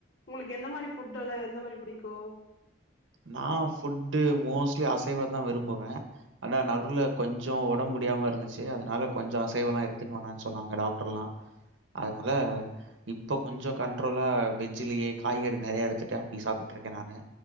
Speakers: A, on the left; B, on the right.
A: உங்களுக்கு எந்த மாரி ஃபுட்டெல்லா எந்த மாரி புடிக்கு
B: நா ஃபுட்டு மோஸ்ட்லி அசைவந்தா விரும்புவ ஆனா நடுவ்ல கொஞ்சோ ஒடம் முடியாம இருந்துச்சு அதனால கொஞ்சோ அசைவல்லா எடுத்துக்க வேணான் சொன்னாங்க டாக்டர்ல்லா அதனால இப்ப கொஞ்சோ கண்ட்ரோலா வெஜ்லியே காய்கறி நெறையா எடுத்துட்டு அப்டி சாப்புட்ருக்கே நானு